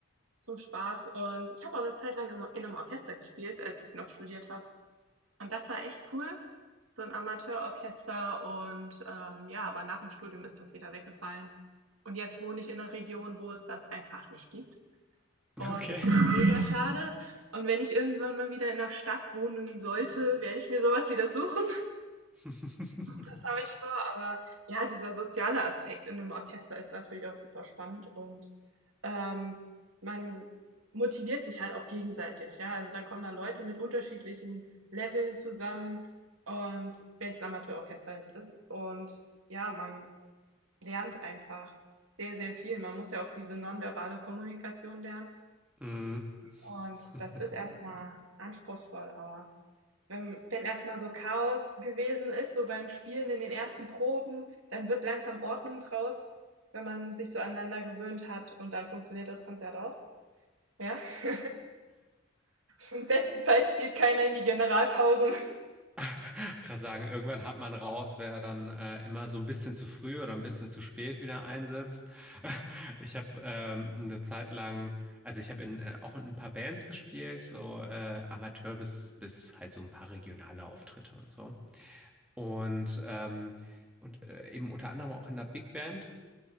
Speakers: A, on the right; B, in the centre.
A: zum Spaß und ich habe auch eine Zeit lang im in einem Orchester gespielt, als ich noch studiert habe. Und das war echt cool, so ein Amateurorchester und, ähm, ja, aber nach dem Studium ist das wieder weggefallen. Und jetzt wohne ich in 'ner Region, wo es das einfach nicht gibt. Und
B: Okay.
A: ich finde es mega schade. Und wenn ich irgendwann mal wieder in einer Stadt wohnen sollte, werde ich mir so was wieder suchen.
B: <laughs>
A: Das habe ich vor, aber ja, dieser soziale Aspekt in einem Orchester ist natürlich auch super spannend und, ähm, man motiviert sich halt auch gegenseitig, ja? Also, da kommen dann Leute mit unterschiedlichen Leveln zusammen und wenn es ein Amateurorchester jetzt ist und ja, man lernt einfach sehr, sehr viel. Man muss ja auch diese nonverbale Kommunikation lernen
B: Mm.
A: und
B: <laughs>
A: das ist erstmal anspruchsvoll, aber wenn, wenn erstmal so Chaos gewesen ist, so beim Spielen in den ersten Proben, dann wird langsam Ordnung draus, wenn man sich so aneinander gewöhnt hat und dann funktioniert das Konzert auch. Ja. <laughs> Im besten Fall spielt keiner in die Generalpausen.
B: <laughs> Gerade sagen, irgendwann hat man raus, wer dann äh, immer so ein bisschen zu früh oder ein bisschen zu spät wieder einsetzt. <laughs> Ich habe ähm, eine Zeit lang, also ich habe in, äh, auch in ein paar Bands gespielt, so äh, Amateur bis, bis halt so ein paar regionale Auftritte und so. Und, ähm, und äh, eben unter anderem auch in einer Big Band.